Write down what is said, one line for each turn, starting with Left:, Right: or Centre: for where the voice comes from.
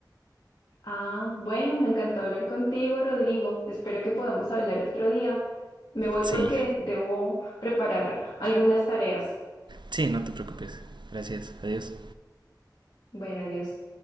Left: Ah, bueno, me encantó hablar contigo, Rodrigo. Espero que podamos hablar otro día. Me voy
Right: Sí,
Left: porque debo preparar algunas tareas.
Right: sí, no te preocupes. Gracias, adiós.
Left: Bueno, adiós.